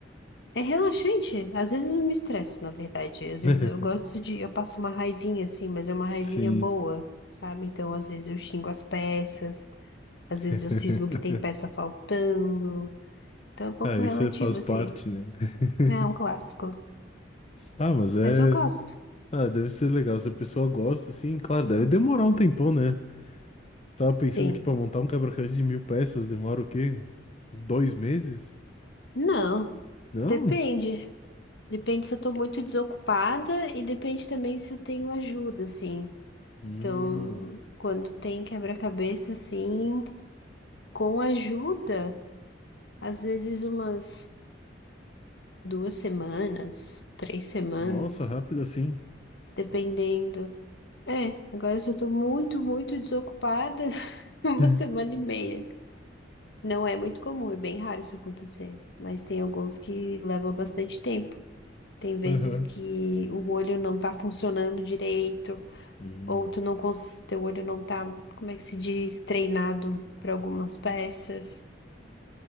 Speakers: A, on the left; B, on the left.
A: é relaxante. Às vezes eu me estresso, na verdade. Às
B: <laughs>
A: vezes eu gosto de, eu passo uma raivinha assim, mas é uma raivinha
B: Sim.
A: boa, sabe? Então às vezes eu xingo as peças, às
B: <laughs>
A: vezes eu cismo que tem peça faltando. Então é um pouco
B: Ah, isso
A: relativo
B: faz
A: assim.
B: parte, né? <laughs>
A: É um clássico,
B: Ah, mas é.
A: mas eu gosto.
B: Ah, deve ser legal. Se a pessoa gosta, assim, claro, deve demorar um tempão, né? Tava pensando
A: Sim.
B: aqui pra montar um quebra-cabeça de mil peças, demora o quê? Uns dois meses?
A: Não,
B: Não?
A: depende. Depende se eu tô muito desocupada e depende também se eu tenho ajuda, assim.
B: Hum,
A: Então, quando tem quebra-cabeça, assim, com ajuda, às vezes umas duas semanas, três semanas,
B: nossa, rápido assim.
A: dependendo. É, agora se eu tô muito, muito desocupada, <laughs> uma
B: <laughs>
A: semana e meia. Não é muito comum, é bem raro isso acontecer, mas tem alguns que levam bastante tempo. Tem vezes
B: Aham.
A: que o olho não tá funcionando direito,
B: Hum,
A: ou tu não cons... teu olho não tá, como é que se diz, treinado para algumas peças.